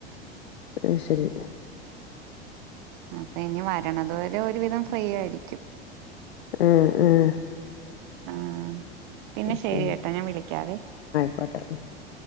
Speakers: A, on the left (about 75°); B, on the right (about 50°).
A: അയ് ശെരി
B: അപ്പ ഇനി വരണതു വരെ ഒരുവിധം ഫ്രീ ആയിരിക്കും
A: ഏഹ് ഏഹ്
B: ആഹ് പിന്നെ ശെരി
A: ശരി
B: കേട്ടാ ഞാൻ വിളിക്കാവേ
A: <unintelligible>